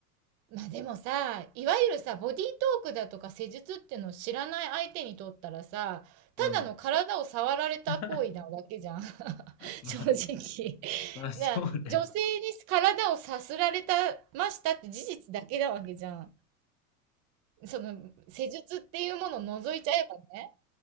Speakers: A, on the right (about 35°); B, on the left (about 35°).
A: ま、あでもさ、いわゆるさ、ボディートークだとか施術っていうのを知らない相手にとったらさ、
B: うん。
A: ただの体を触られた行為なだけじゃん。
B: <laughs>
A: <laughs>
B: まあ
A: 正直。
B: <laughs> まあ、そうね。
A: な、女性に体をさすられたましたって事実だけなわけじゃん。その施術っていうものを除いちゃえばね。